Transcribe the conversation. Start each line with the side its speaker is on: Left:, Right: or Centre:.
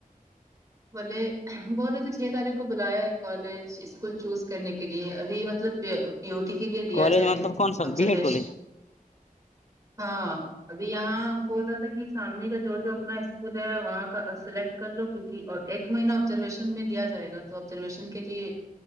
Right: بولے بہت ا تھ چھ تاریخ کو بلایا ہے کالج اسکول چوز کرنے کے لیے ابھی مطلب پیو ٹی کے لیے دیا
Left: کالج
Right: جائے
Left: مطلب
Right: گا
Left: کون سا
Right: آبزرویشن
Left: بی ایڈ کالج
Right: ہاں ابھی یہاں بول رہا تھا کہ سامنے کا جو جو اپنا اسکول ہے وہاں کا سلیکٹ کر لو کیونک اور ایک مہینہ آبزرویشن میں دیا جائے گا تو آبزرویشن کے لیے